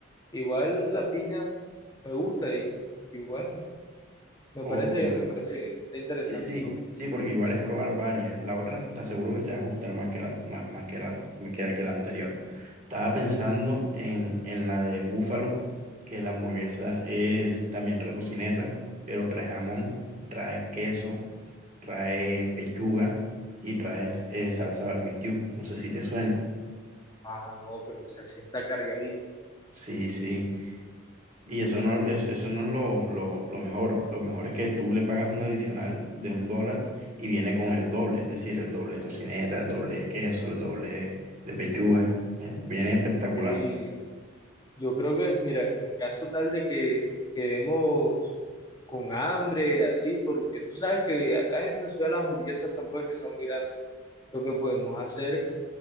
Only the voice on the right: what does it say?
Ok.
Sí, sí,
sí, porque igual es probar varias. La otra te aseguro que te va a gustar más que la, más, más que la, que la, que la anterior. Estaba pensando en, en la de búfalo, que la hamburguesa es también retocineta, pero trae jamón, trae queso, trae pechuga y trae eh, salsa barbecue. No sé si te suene.
Sí, sí. Y eso no, es- eso no es lo, lo, lo mejor. Lo mejor es que tú le pagas un adicional de un dólar y viene con el doble, es decir, el doble de tocineta, el doble de queso, el doble de pechuga. Eh, Viene espectacular.